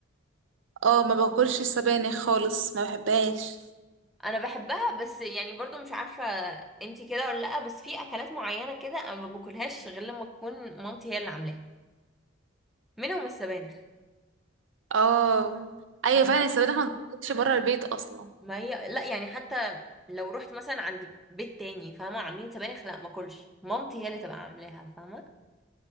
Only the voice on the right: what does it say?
اه ما باكلش السبانخ خالص ما بحبهاش
اه ايوه
فعلا السبانخ ما بتاكلش بره البيت اصلا